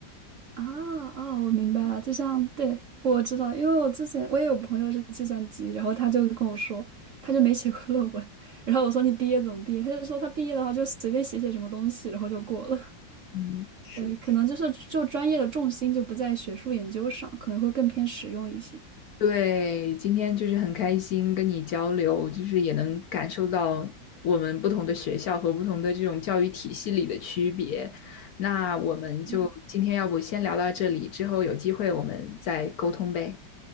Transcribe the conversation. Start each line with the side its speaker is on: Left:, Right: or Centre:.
Right: 啊啊，我明白了，就像对我知道，因为我之前我也有朋友是计算机，然后他就跟我说，他就没写过论文，然后我说你毕业怎么毕业？他就说他毕业的话就随便写写什么东西，然后就过了。<laughs>
Left: 嗯，是的。
Right: 对，可能就是就专业的重心就不在学术研究上，可能会更偏实用一些。
Left: 对，今天就是很开心跟你交流，就是也能感受到我们不同的学校和不同的这种教育体系里的区别。那我们就今天要不先聊到这里，
Right: 嗯，
Left: 之后有机会我们再沟通呗。